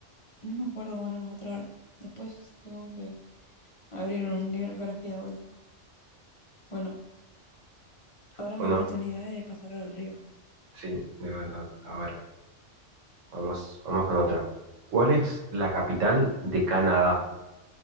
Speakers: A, on the left (about 35°); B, on the right (about 85°).
A: y no me acuerdo cómo eran las otras. ahora. Después tengo que abrir un libro de geografía de vuelta. Bueno, ahora
B: Bueno,
A: mi oportunidad de pasar al río.
B: sí, de verdad. A ver. Vamos, vamos con otra. ¿Cuál es la capital de Canadá?